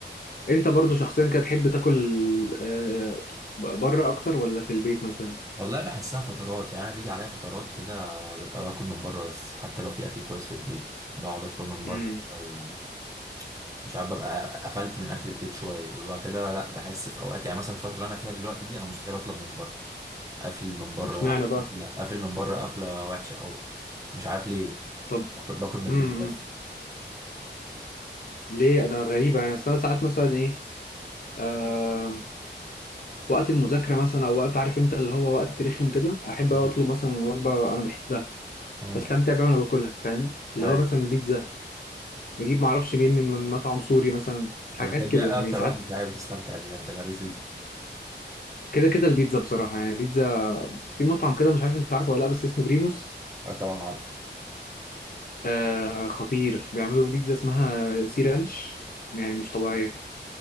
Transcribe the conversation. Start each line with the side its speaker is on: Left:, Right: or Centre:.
Left: انت برضو شخصيا كده تحب تاكل آه، بره اكتر ولا في البيت مثلا
Right: والله بحسها فترات يعني انا بيجي عليا فترات كده ببقى باكل من بره بس حتى لو في اكل كويس في البيت بقعد اطلب من بره
Left: امم
Right: او مش عارف ببقى قفلت من اكل البيت شويه ببقى كده لا بحس في اوقات يعني مثلا في الفتره اللي انا فيها دلوقتي دي انا مستحيل اطلب من بره قافل من بره
Left: اشمعنى بقى
Right: قافله قافل من بره قافله وحشه او مش عارف ليه
Left: طب
Right: باكل باكل من البيت
Left: امم
Right: بس
Left: ليه انا غريبة يعني أصل أنا ساعات مثلا ايه آه وقت المذاكرة مثلا او وقت عارف انت اللي هو وقت رخم كده احب
Right: مم.
Left: أوي اطلب مثلا وجبة انا بحبها
Right: مم.
Left: بستمتع بيها وانا باكلها فاهم اللي
Right: ايوه
Left: هو مثلا بيتزا نجيب معرفش مين من من مطعم سوري مثلا
Right: انت
Left: حاجات
Right: بتحب
Left: كده
Right: ايه
Left: يعني
Right: اكتر
Left: ساعات
Right: وجبه صحيه بتستمتع بيها انت جريت دي
Left: كده كده البيتزا بصراحة يعني بيتزا في مطعم كده مش عارف انت عارفه ولا لا بس اسمه بريموز
Right: اه طبعا عارف
Left: آه خطير بيعملوا بيتزا اسمها سي رانش يعني مش طبيعية